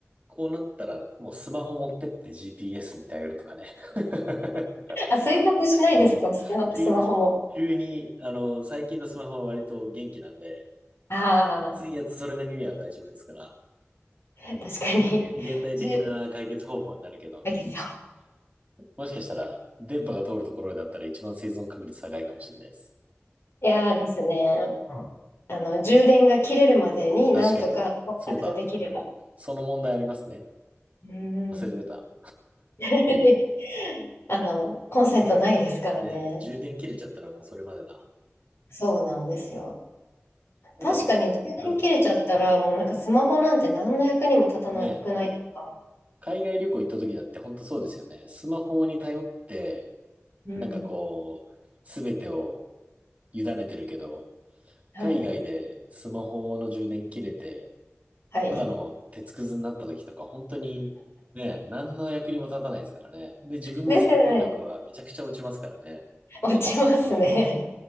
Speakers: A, on the right (about 30°); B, on the left (about 65°).
A: こうなったら、もうスマホ持ってって GPS に頼るとかね。<laughs>
B: あ、水没しないですか、
A: うん。
B: スマ、
A: 急、
B: スマホも。
A: 急に、あの、最近のスマホは割と元気なんで、
B: あ
A: 水圧それなりには大丈夫ですから、
B: あ、
A: うん。
B: 確かに。
A: 急に現代的な解決方法になるけど、
B: じゅ、だけど。
A: 一
B: い
A: もしかしたら、電波が通るところだったら一番生存確率高いかもしれないです。
B: やーですね。
A: うん。
B: あの、充電が切れるまでになんとかコンタクトできれば。
A: 確かに。そうだ。その問題ありますね。
B: うん。
A: 忘れてた。
B: <laughs> あの、コンセントないですからね。
A: ねえ、充電切れちゃったらもうそれまでだ。
B: そうなんですよ。
A: うん。なんかでも、
B: 確かに充電切れちゃったら、
A: うん。うん。
B: もうなんかスマホなんて何の役にも立たなくないですか
A: ねえ、海外旅行行った時だって本当そうですよね。スマホに頼って、
B: うん。
A: なんかこう、すべてを委ねてるけど、
B: はい。
A: 海外でスマホの充電切れて、
B: はい。
A: ただの鉄くずになった時とか、本当にね、何の役にも立たないですからね。で、自分の戦闘力はめちゃくちゃ落ちますからね。
B: ですよね。落ちますね。
A: うん。